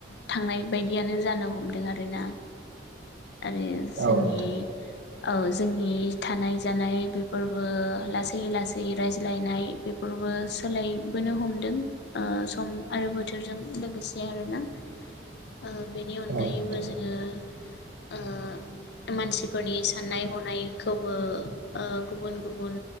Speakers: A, on the left; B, on the right.
A: थांनाय बायदियानो जानो हमदों आरोना आरो जोंनि
B: औ नोंथां
A: औ जोंनि थानाय जानाय बे फोरबो लासै लासै रायज्लायनाय बेफोरबो सोलायबोनो हमदों ओ सम आरो बोथोरजों लोगोसे आरो आरोना ओ बेनि अनगायैबो
B: औ
A: जोङो ओ मानसिफोरनि साननाय हनायखौबो गुबुन गुबुन